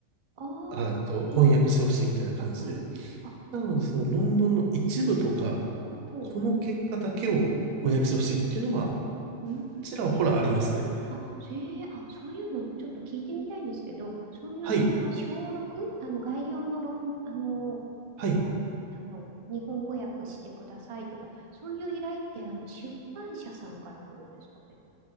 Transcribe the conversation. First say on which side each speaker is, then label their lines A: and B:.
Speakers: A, on the right (about 35°); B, on the right (about 75°).
A: ああ、
B: あと、
A: は
B: 翻訳してほしいみたいな感じで。
A: い。あ、
B: なので、その論文の一部とか、
A: 本当。
B: この結果だけを翻訳してほしいっていうのは、
A: うん。うん
B: ちらほらありますね。
A: あ、それ、あ、そういうのちょっと聞いてみたいんですけど、そういうあの、
B: はい。
A: 小6、あの、概要の論、あの、
B: はい
A: まああの、日本語訳してくださいとか、そういう依頼って、あの、出版社さんから来るんですかね。